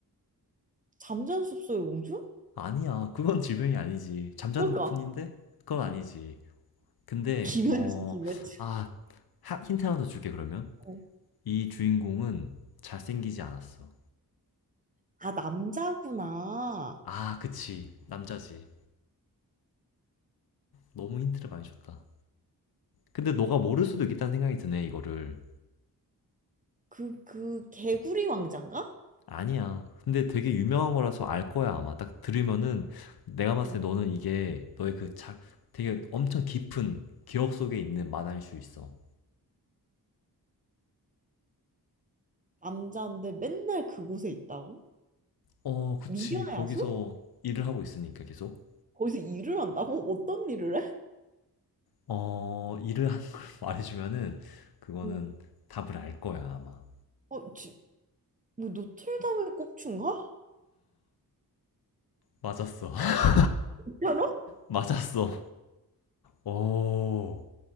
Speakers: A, on the right; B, on the left.
A: 잠자는 숲속의 공주?
B: 아니야, 그건 질병이 아니지. 잠자는
A: 그러니까
B: 것뿐인데? 그건 아니지. 근데,
A: 김현진
B: 어,
A: 김현진
B: 아, 하- 힌트 하나 더 줄게, 그러면.
A: 어.
B: 이 주인공은 잘생기지 않았어.
A: 아 남자구나
B: 아, 그치. 남자지. 너무 힌트를 많이 줬다. 근데 너가 모를 수도 있겠다는 생각이 드네, 이거를.
A: 그 그 개구리 왕자인가?
B: 아니야. 근데 되게 유명한 거라서 알 거야, 아마. 딱 들으면은 내가 봤을
A: 어,
B: 때 너는 이게 너의 그 작, 되게 엄청 깊은 기억 속에 있는 만화일 수 있어.
A: 남자인데 맨날 그곳에 있다고?
B: 어, 그치.
A: 미녀야수?
B: 거기서 일을 하고 있으니까 계속.
A: 거기서 일을 한다고? 어떤 일을 해?
B: 어, 일을 하는 걸 <laughs> 말해주면은 그거는
A: 어.
B: 답을 알 거야, 아마.
A: 어, 지, 뭐 노틀담의 꼽춘가?
B: 맞았어. <laughs>
A: 괜찮아?
B: 맞았어. 오,